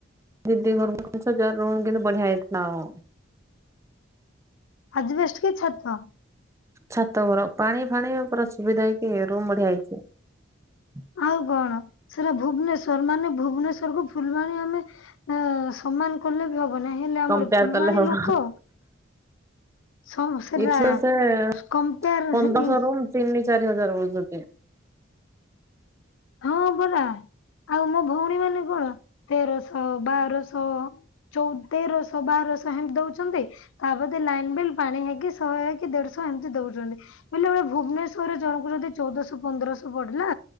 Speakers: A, on the right; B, on the left.
A: ଦିଦି ଘର କଂସ ଜାରେ ରୁମ କିନି ବଢିଆ ହେଇଥିଲା ଆଉ।
B: ଆଜବେଷ୍ଟ କି ଛାତ।
A: ଛାତ ଘର ପାଣି ଫାଣି ପୁରା ସୁବିଧା ହେଇକି ରୁମ ବଢିଆ ହେଇଚି। <inaudible>
B: ଆଉ କଣ ସେଟା ଭୁବନେଶ୍ଵର ମାନେ ଭୁବନେଶ୍ୱର କୁ ଫୁଲବାଣୀ ଆମେ ଅ ସମ୍ମାନ କଲେବି ହବ ବ ନହେଲେ ଆମର
A: କମ୍ପେୟାର
B: ଭୁଲବାଣୀ
A: କଲେ ହବ।
B: ଲୁକ ସ ସେଟା
A: ଏଠୁ ସେ
B: କମ୍ପେଆର
A: ପନ୍ଦରଶହ
B: ସେଇ
A: ରୁମ୍ ତିନି ଚାରି ହଜାର ବଉଚନ୍ତି।
B: ହଁ ବରା ଆଉ ମୋ ଭଉଣୀ ମାନେ କଣ ତେରଶହ ବାରଶହ ଚଉଦେର ସବାର ସାହେନ୍‌ ଦଉଚନ୍ତି। ତାପଦେ ଲାଇନ ବିଲ୍ ପାଣି ହେଇକି ଶହେ ହେଇକି ଦେଢଶହ ଏମିତି ଦଉଚନ୍ତି। ବୋଇଲେ ଓଏ ଭୁବନେଶ୍ୱରରେ ଜଣଙ୍କୁ ଯଦି ଚଉଦଶହ ପନ୍ଦରଶହ ପଡିଲା